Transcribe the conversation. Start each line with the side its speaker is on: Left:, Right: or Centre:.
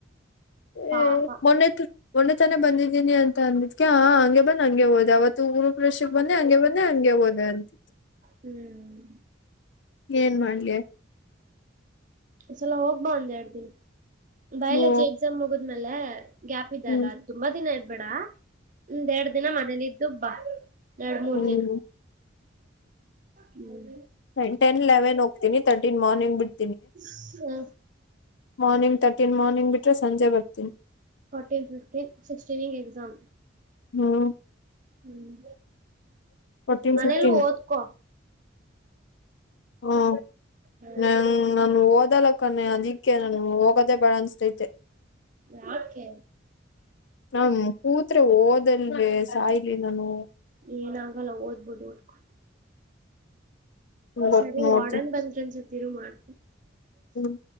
Left: <inaudible>
Right: ಪಾಪ
Left: ಮೊನ್ನೆ ಮೊನ್ನೆ ತನ ಬಂದಿದ್ದೀನಿ ಅಂತ ಅಂದಿದ್ಕೆ ಹಾ ಹಂಗೆ ಬಂದ್ ಹಂಗೆ ಹೋದೆ ಅವತ್ ತ್ತು ಗೃಹಪ್ರವೇಶುಕ್ ಬಂದೆ ಹಂಗೆ ಬಂದೆ ಹಂಗೆ ಹೋದೆ ಅಂತಿತ್
Right: ಹ್ಮ್
Left: ಏನ್ ಮಾಡ್ಲಿ.
Right: ಈ ಸಲ ಹೋಗ್ಬಾ ಒಂದ್ ಎರಡ್ ದಿನ ಬಯಲಜಿ
Left: ಮೂ
Right: ಎಕ್ಸಾಮ್ ಮುಗುದ್ಮೇಲೆ. ಗ್ಯಾಪ್ ಇದ
Left: ಹ್ಮ್
Right: ಅಲ ತುಂಬಾ ದಿನ ಇರ್ಬೇಡ ಒಂದ್ ಎರಡ್ ದಿನ ಮನೇಲಿದ್ದು ಬಾ. ಎರಡ್ ಮೂರ್
Left: ಹ್ಮ್
Right: ದಿನ ಹ್ಮ್
Left: ಹ್ಮ್ ಟೆನ್ ಲೆವೆನ್ ಹೋಗ್ತೀನಿ ತರ್ಟಿನ್ ಮಾರ್ನಿಂಗ್ ಬಿಟ್
Right: ಹ್ಮ್
Left: ಮಾರ್ನಿಂಗ್ ತರ್ಟೀನ್ ಮಾರ್ನಿಂಗ್ ಬಿಟ್ರೆ ಸಂಜೆ ಬರ್ತೀನಿ.
Right: ಫೋರ್ಟೀನ್ ಫಿಕ್ಟೀನ್ ಸಿಕ್ಟೀನ್ಗೆ ಎಕ್ಸಾಮ್.
Left: ಹ್ಮ್
Right: ಹ್ಮ್
Left: ಫೋರ್ಟೀನ್
Right: ಮನೇಲು
Left: ಫಿಫ್ಟೀನ್
Right: ಒದ್ಕೋ.
Left: ಹ್ಮ
Right: ಹ್ಮ್
Left: ನ ನಾನು ಓದಲಕ್ಕಣೆ ಅದಿಕ್ಕೆ ನನ್ ಹೋಗೋದೇ ಬೇಡ ಅನಿಸ್ ತೆ
Right: ಯಾಕೆ.
Left: ಹ ಕೂತ್ರೆ ಓದಲ್ವೇ ಸಾಯಿಲಿ ನಾನು.
Right: ಏನಾಗಲ್ಲ ಓದ್ಬೋದು ಓದ್ಕೊ
Left: ಹೋಗ್
Right: ಸರಿ
Left: ನೋಡ್ತೀನಿ
Right: ವಾರ್ಡನ್ ಬಂದ್ರು ಅನ್ಸುತ್ತೆ ಇರು ಮಾಡ್
Left: ಹ್ಮ್